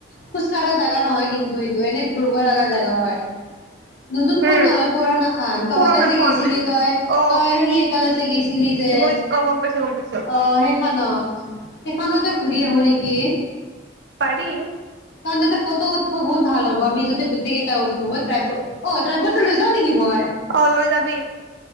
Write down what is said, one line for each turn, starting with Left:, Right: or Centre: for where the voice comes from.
Left: খোজ কঢ়া জেগা নহয় কিন্তু সেটো এনে ঘূৰিব লগা জেগা হয়। নতুন খন
Right: উম
Left: নহয় পুৰণা খান। তহতে
Right: পুৰণাখন
Left: যে গেইছিলি তই-তই
Right: অ
Left: আৰু সি একালগে যে গৈছিলি যে,
Right: গৈছ অ গম পাইছো গম পাইছো
Left: অ' সেই খানত সেইখনতে ঘূৰি আহো নেকি?
Right: পাৰি।
Left: কাৰণ তাতে ফটো উঠব বহুত ভাল হব আমি যদি গোটেইটা উঠো বহুত অ' ড্ৰাইভাৰটো লৈ যাও নেকি মই?
Right: অ' লৈ যাবি।